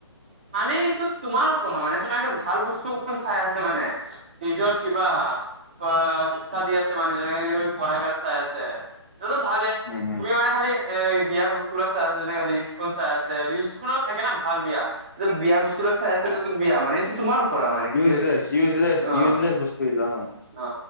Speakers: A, on the right (about 20°); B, on the left (about 40°).
A: মানে এইটো তোমাৰ পঢ়া মানে তোমাৰ ভাল বস্তুখন চাই আছে মানে। নিজৰ কিবা অ' শিক্ষা দি আছে মানে, যেনেকে তুমি পঢ়া <unintelligible> চাই আছে। এইটো ভালে।
B: উম উম উম
A: তুমি মানে খালি এ বিয়া বস্তুবিলাক চাই আছে যেনে ৰিলচখন চাই আছে ৰিলচ খনো থাকে ন ভাল বিয়া। এই বিয়া বস্তুবিলাক চাই আছে ত বিয়া মান এইটো তোমাৰ পৰা মানে
B: ইউচলেছ
A: কি
B: ইউচলেছ
A: অ'
B: ইউচলেছ বস্তুবিলাক অনা
A: অ